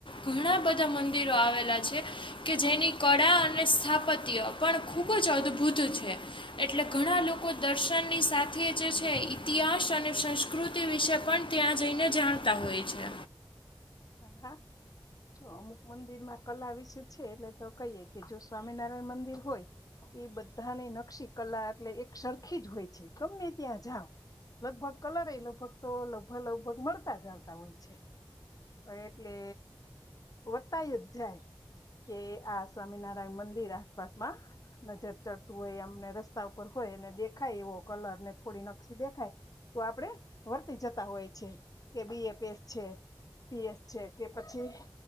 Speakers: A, on the left; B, on the left.
A: ઘણા બધા મંદિરો આવેલા છે. કે જેની કળા અને સ્થાપત્ય પણ ખૂબ જ અદ્ભુત છે. એટલે ઘણા લોકો દર્શનની સાથે જે છે ઇતિહાસ અને સંસ્કૃતિ વિશે પણ ત્યાં જઈને જાણતા હોય છે.
B: હા હા. જો અમુક મંદિર માં કલા વિશે છે. એટલે તો કહીએ કે જો સ્વામિનારાયણ મંદિર હોય એ બધાની નકશી કલા એટલે એક સરખી જ હોય છે ગમે ત્યાં જાઓ. લગભગ કલર એ લગભગ તો લગભગ લગભગ મળતા જ આવતા હોય છે. એટલે વર્તાય જ જાય. કે આ સ્વામિનારાયણ મંદિર આસપાસમાં નજર ચડતું હોય અમને રસ્તા ઉપર હો ય એને દેખાય એવો કલર ને થોડી નકશી દેખાય. તો આપણેે વર્તી જતા હોય છે કે બી એ પેસ છે પીએસ છે કે પછી